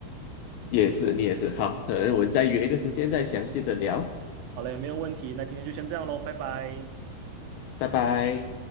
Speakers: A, on the left; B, on the right.
A: 也是，你也是。好，可能我们再约一个时间再详细的聊，
B: 好嘞，没有问题，那今天就先这样喽，拜拜。
A: 拜拜。